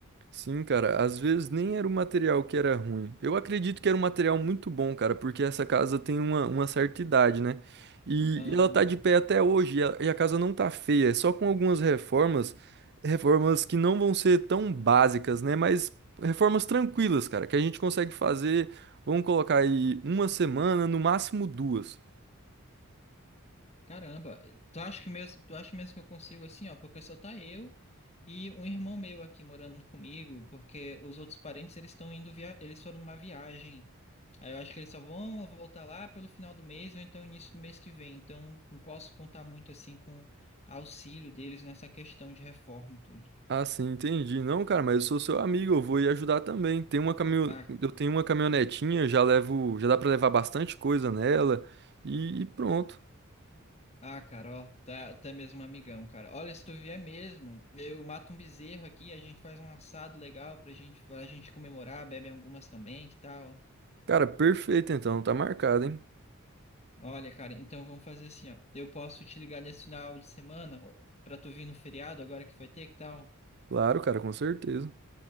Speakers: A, on the right; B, on the left.
A: Sim, cara, às vezes nem era o material que era ruim. Eu acredito que era um material muito bom, cara, porque essa casa tem uma, uma certa idade, né? E
B: Aham.
A: ela tá de pé até hoje, e a, e a casa não tá feia, é só com algumas reformas, reformas que não vão ser tão básicas, né? Mas reformas tranquilas, cara, que a gente consegue fazer, vamos colocar aí uma semana, no máximo duas.
B: Caramba, tu acha que mesmo, tu acha mesmo que eu consigo assim, ó, porque só tá eu e um irmão meu aqui morando comigo, porque os outros parentes eles estão indo via, eles foram numa viagem. Aí eu acho que eles só vão voltar lá pelo final do mês ou então início do mês que vem. Então não, não posso contar muito assim com auxílio deles nessa questão de reforma e tudo.
A: Ah, sim, entendi. Não, cara, mas eu sou seu amigo, eu vou ir ajudar também. Tem uma caminho...
B: Ah,
A: Eu tenho uma caminhonetinha, já levo, já dá pra levar bastante coisa nela e, e pronto.
B: Ah, cara, ó, tá, tá mesmo um amigão, cara. Olha, se tu vier mesmo, eu mato um bezerro aqui, a gente faz um assado legal pra gente, pra gente comemorar, bebe algumas também, que tal?
A: Cara, perfeito então, tá marcado, hein?
B: Olha, cara, então vamos fazer assim, ó. Eu posso te ligar nesse final de semana ó, pra tu vir no feriado agora que vai ter, que tal?
A: Claro, cara, com certeza.